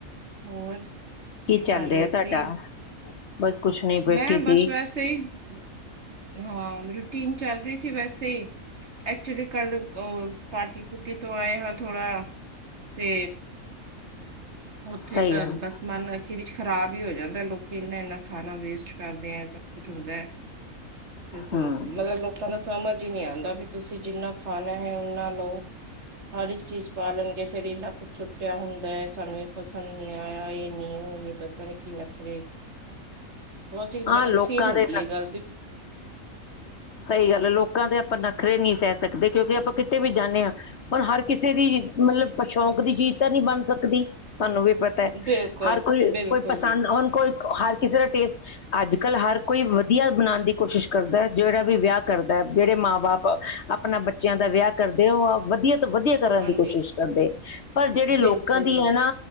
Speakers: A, on the right (about 50°); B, on the left (about 55°).
A: ਹੋਰ ਕੀ ਕਰ
B: ਚੱਲ
A: ਰਹੇ
B: ਰਿਹਾ
A: ਸੀ
B: ਤੁਹਾਡਾ ਬਸ ਕੁਛ ਨਹੀਂ ਬੈਠੀ
A: ਮੈਂ ਬਸ
B: ਸੀ
A: ਵੈਸੇ ਹੀ ਹਾਂ <unintelligible> ਚੱਲ ਰਹੀ ਸੀ ਵੈਸੇ ਐਕਚੁਲੀ ਕੱਲ ਪਾਰਟੀ ਪੁੱਟਿ ਤੋਂ ਆਏ ਹਾਂ ਥੋੜਾ ਤੇ ਉੱਥੇ
B: ਸਹੀ
A: ਤੁਹਾਨੂੰ
B: ਗੱਲ
A: ਬਸ ਮਾਨ ਅਖੀਰ ਵਿੱਚ ਖਰਾਬ ਹੀ ਹੋ ਜਾਂਦਾ ਲੋਕੀ ਇਨਾ ਇਨਾ ਖਾਣਾ ਵੇਸਟ ਕਰਦੇ ਆ ਸਭ ਕੁਝ ਹੁੰਦਾ ਮਗਰ
B: ਹੂੰ
A: ਲੋਕਾਂ ਨੂੰ ਸਮਝ ਹੀ ਨਹੀਂ ਆਂਦਾ ਵੀ ਤੁਸੀਂ ਜਿੰਨਾ ਖਾਣਾ ਹੈ ਓਨਾਂ ਲਓ ਹਰ ਇੱਕ ਚੀਜ਼ ਪਾ ਲੈਣਗੇ ਫਿਰ ਇੰਨਾ ਕੁੱਛ ਛੁੱਟਿਆ ਹੁੰਦਾ ਸਾਨੂੰ ਪਸੰਦ ਨੀ ਆਇਆ ਜੇ ਨੀ ਓ ਨੀ ਪਤਾ ਕੀ ਨੱਖਰੇ ਬਹੁਤ ਹੀ
B: ਹਾਂ
A: ਮਤਲਬ
B: ਲੋਕਾਂ
A: ਫਿਲ ਹੁੰਦੀ
B: ਦੇ
A: ਆ ਗੱਲ
B: ਸਹੀ ਗੱਲ ਹੈ ਲੋਕਾਂ ਦੇ ਆਪਾਂ ਨਖਰੇ ਸਹਿ ਸਕਦੇ ਕਿਉਂਕਿ ਆਪਾਂ ਕਿਤੇ ਵੀ ਜਾਂਦੇ ਆਂ ਪਰ ਹਰ ਕਿਸੇ ਦੀ ਮਤਲਬ ਸ਼ੌਂਕ ਦੀ ਚੀਜ਼ ਤਾਂ ਨਹੀਂ ਬਣ ਸਕਦੀ ਤੁਹਾਨੂੰ ਵੀ ਪਤਾ
A: ਬਿਲਕੁਲ
B: ਹਰ ਕੋਈ
A: ਬਿਲਕੁਲ
B: ਕੋਈ ਪਸੰਦ
A: ਜੀ
B: ਨੀ ਕੋਈ ਹਰ ਕਿਸੇ ਦਾ ਟੇਸਟ ਅੱਜ ਕੱਲ ਹਰ ਕੋਈ ਵਧੀਆ ਬਣਾਣ ਦੀ ਕੋਸ਼ਿਸ਼ ਕਰਦਾ ਜਿਹੜਾ ਵੀ ਵਿਆਹ ਕਰਦਾ ਬਥੇਰੇ ਜਿਹੜੇ ਮਾਂ ਬਾਪ ਆਪਣਾ ਬੱਚਿਆਂ ਦਾ ਵਿਆਹ ਕਰਦੇ ਹੋ ਵਧੀਆ ਵਧੀਆ ਕਰਾਂਗੇ
A: ਹਾਂਜੀ
B: ਕੋਸ਼ਿਸ਼ ਕਰਦੇ ਪਰ ਜਿਹੜੇ ਲੋਕਾਂ
A: ਬਿਲਕੁਲ
B: ਦੀ
A: ਜੀ
B: ਐ ਨਾ